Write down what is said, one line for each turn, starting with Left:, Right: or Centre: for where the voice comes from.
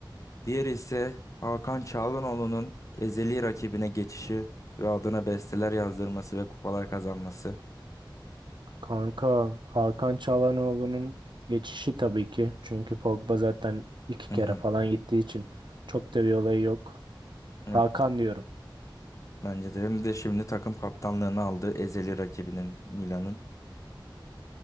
Left: Diğeri ise Hakan Çalhanoğlu'nun ezeli rakibine geçişi ve adına besteler yazdırması ve kupalar kazanması.
Right: Kanka Hakan Çalhanoğlu'nun geçişi tabii ki. Çünkü Pogba zaten iki
Left: Hı
Right: kere
Left: hı.
Right: falan gittiği için çok da bir olayı yok.
Left: Evet
Right: Hakan diyorum.
Left: bence de hem de şimdi takım kaptanlığını aldı ezeli rakibinin Milan'ın.